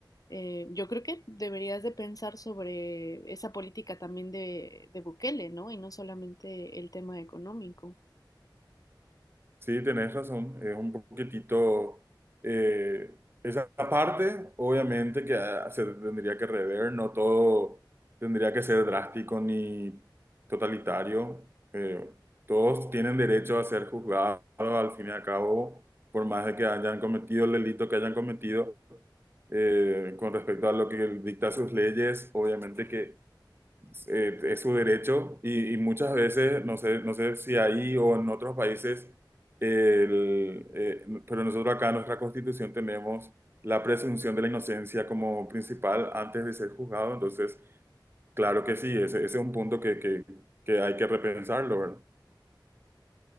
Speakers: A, on the left; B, on the right.
A: Eh, yo creo que deberías de pensar sobre esa política también de, de Bukele, ¿no? Y no solamente el tema económico.
B: Sí, tenés razón, es un poquitito, eh, esa parte obviamente que ah, se tendría que rever, no todo tendría que ser drástico ni totalitario. eh, todos tienen derecho a ser juzgados al fin y al cabo, por más de que hayan cometido el delito que hayan cometido. eh, con respecto a lo que él dicta sus leyes, obviamente que eh, es su derecho y, y muchas veces, no sé, no sé si ahí o en otros países, el, eh, pero nosotros acá en nuestra Constitución tenemos la presunción de la inocencia como principal antes de ser juzgado, entonces, claro que sí, ese, ese es un punto que, que, que hay que repensarlo, ¿verdad?